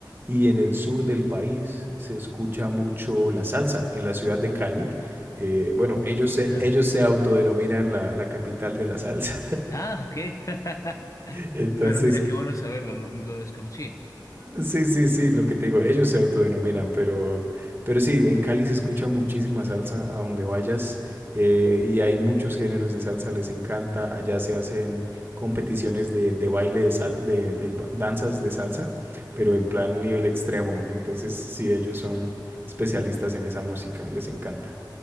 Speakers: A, on the right; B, on the left.
A: y en el sur del país se escucha mucho la salsa, en la ciudad de Cali. eh, bueno,
B: Oh,
A: ellos se,
B: claro.
A: ellos se autodenominan la, la capital de la salsa.
B: Ah, ok. <laughs>
A: <laughs> Entonces,
B: Pero mira, qué bueno saberlo, no, no lo desconocía.
A: Sí, sí, sí, lo que te digo, ellos se autodenominan, pero, pero sí, en Cali se escucha muchísima salsa a donde vayas eh, y hay muchos géneros de salsa, les encanta. Allá se hacen competiciones de, de baile, de, sal- de, del ba- danzas de salsa, pero en plan nivel extremo. Entonces, sí, ellos son especialistas en esa música, les encanta.